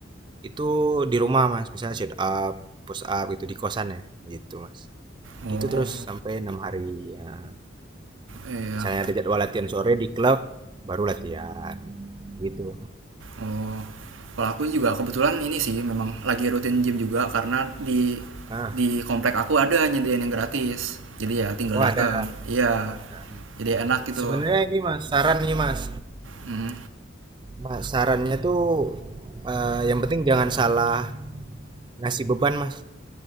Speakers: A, on the right (about 25°); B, on the right (about 80°).
A: itu di rumah Mas, misalnya sit up, push up gitu di kosan ya, gitu Mas.
B: Oh,
A: Gitu terus sampai enam hari. ya.
B: iya.
A: Misalnya ada jadwal latihan sore di klub, baru latihan gitu.
B: Oh, kalau aku juga kebetulan ini sih memang lagi rutin gym juga karena di
A: Nah,
B: di komplek aku ada nyediain yang gratis. Jadi ya tinggal
A: oh
B: datang.
A: ada.
B: Iya,
A: Nah,
B: jadi enak gitu.
A: sebenarnya ini Mas, saran nih Mas.
B: Hmm.
A: Mas, sarannya tuh eh, yang penting jangan salah ngasih beban Mas